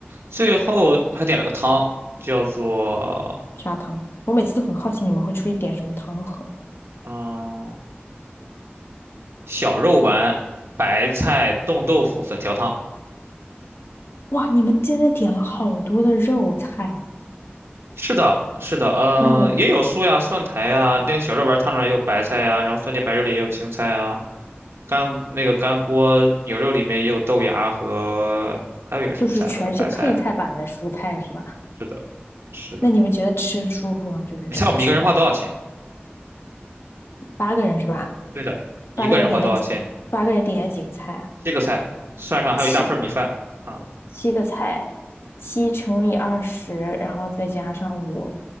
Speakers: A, on the right; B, on the left.
A: 最后还点了个汤，叫做
B: 砂糖。我每次都很好奇你们会出去点什么汤喝。
A: 嗯小肉丸白菜冻豆腐粉条汤。
B: 哇，你们真的点了好多的肉菜啊！
A: 是的，是的，嗯，
B: 那你
A: 也有酥呀、蒜苔呀，那个小肉丸汤里面也有白菜呀，然后酸甜白肉里也有青菜啊，干那个干锅牛肉里面也有豆芽和还有一个什么菜啊，
B: 就是全是配菜版的蔬菜是吧？
A: 还有白菜啊。是的，是的。
B: 那你们觉得吃舒服吗？就是整个吃完，
A: 你猜我们一个人花多少钱？
B: 八个人是吧？
A: 对的，一个人花多少钱？
B: 八个人点了几？八个人点了几个菜啊？
A: 这个菜算上还有一大份儿米饭。
B: 七
A: 啊。
B: 七个菜，七乘以二十，然后再加上五，